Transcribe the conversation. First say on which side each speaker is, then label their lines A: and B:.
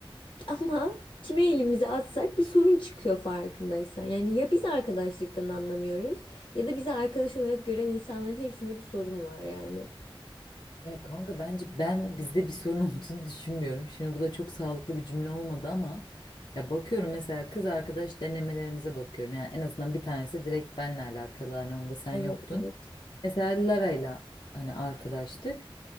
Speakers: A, on the left (about 75°); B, on the left (about 60°).
A: Ama kime elimizi atsak bir sorun çıkıyor farkındaysan. Yani ya biz arkadaşlıktan anlamıyoruz ya da bizi arkadaş olarak gören insanların hepsinde bir sorun var yani.
B: Ya kanka bence ben bizde bir sorun <laughs> olduğunu düşünmüyorum. Şimdi bu da çok sağlıklı bir cümle olmadı ama ya bakıyorum mesela kız arkadaş denemelerimize bakıyorum. Yani en azından bir tanesi direkt benle alakalı hani onda sen
A: Evet,
B: yoktun.
A: evet.
B: Mesela Lara'yla hani arkadaştık.